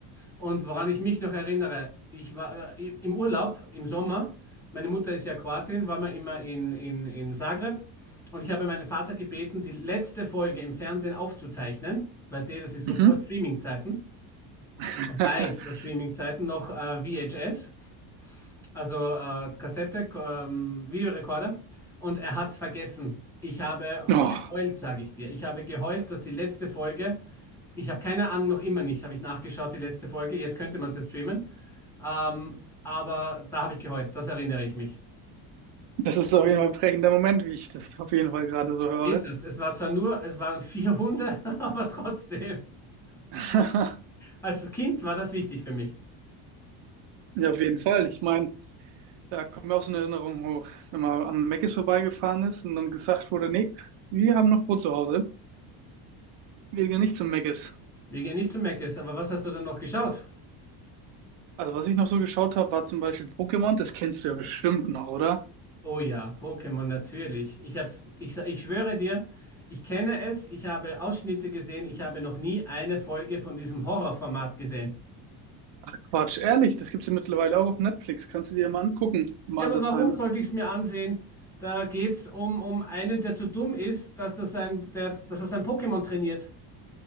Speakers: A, in the centre; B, on the right.
A: Und woran ich mich noch erinnere, ich war äh, im Urlaub im Sommer, meine Mutter ist ja Kroatin, waren wir immer in, in, in Zagreb und ich habe meinen Vater gebeten, die letzte Folge im Fernsehen aufzuzeichnen. Weißt du, das ist
B: Mhm.
A: so vor Streaming-Zeiten,
B: <laughs>
A: weit vor Streaming-Zeiten, noch äh, VHS, also äh, Kassette, K- ähm, Videorekorder. Und er hat es vergessen. Ich habe
B: Oh,
A: geheult, sage ich dir. Ich habe geheult, dass die letzte Folge, ich habe keine Ahnung, noch immer nicht, habe ich nachgeschaut, die letzte Folge, jetzt könnte man es ja streamen. Ähm, aber da habe ich geheult, das erinnere ich mich.
B: das ist auf jeden Fall ein prägender Moment, wie ich das auf jeden Fall gerade so höre.
A: Ist es. Es war zwar nur, es waren vier Hunde, <laughs> aber trotzdem.
B: <laughs>
A: Als Kind war das wichtig für mich.
B: Ja, auf jeden Fall. Ich meine, da kommt mir auch so eine Erinnerung hoch, wenn man am Mc's vorbeigefahren ist und dann gesagt wurde, nee, wir haben noch Brot zu Hause, wir gehen nicht zum Mc's.
A: Wir gehen nicht zu Meckes, aber was hast du denn noch geschaut?
B: Also was ich noch so geschaut habe, war zum Beispiel Pokémon, das kennst du ja bestimmt noch, oder?
A: Oh ja, Pokémon natürlich. Ich hab's, ich, ich schwöre dir, ich kenne es, ich habe Ausschnitte gesehen, ich habe noch nie eine Folge von diesem Horrorformat gesehen.
B: Ach Quatsch, ehrlich, das gibt's ja mittlerweile auch auf Netflix, kannst du dir mal angucken im
A: Ja,
B: Altersheim.
A: aber warum sollte ich es mir ansehen? Da geht's um, um einen, der zu dumm ist, dass, das sein, der, dass er sein Pokémon trainiert.